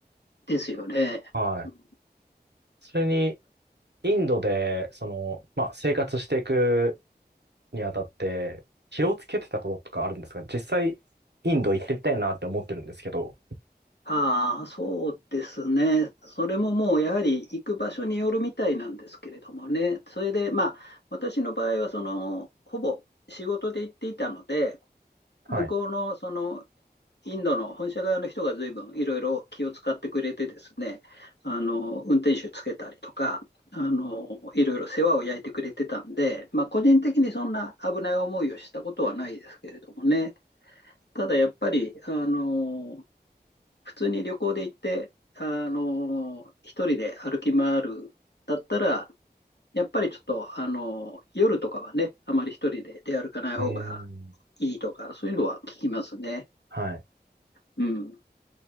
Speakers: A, on the left; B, on the right.
A: ですよね。
B: はい。
A: うん
B: それに、インドで、その、まあ、生活していくにあたって、気をつけてたこととかあるんですか実際、インド行ってみたいなって思ってるんですけど。
A: ああ、そうですね。それももうやはり行く場所によるみたいなんですけれどもね。それでまあ、私の場合はその、ほぼ仕事で行っていたので、
B: はい。
A: 向こうのその、インドの本社側の人が随分いろいろ気を使ってくれてですね、あの、運転手つけたりとか、あの、いろいろ世話を焼いてくれてたんで、まあ、個人的にそんな危ない思いをしたことはないですけれどもね。ただやっぱり、あの普通に旅行で行って、あのー、一人で歩き回るだったら、やっぱりちょっと、あのー、夜とかはね、あまり一人で出歩かない方が
B: うーん。
A: いいとか、そういうのは聞きますね。
B: はい。
A: うん。